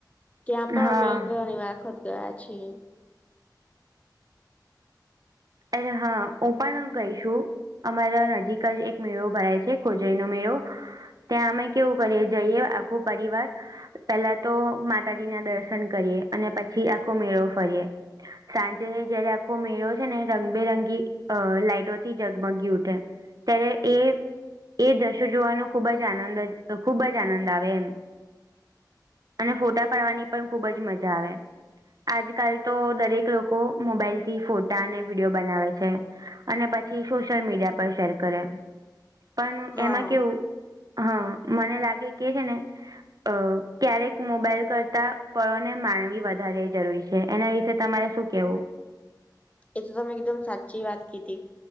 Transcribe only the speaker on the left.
ત્યા પણ
અમે ઘણી વખત ગયા છીએ
હા
એ તો તમેં કીધું એમ એકદમ સાચી વાત કીધી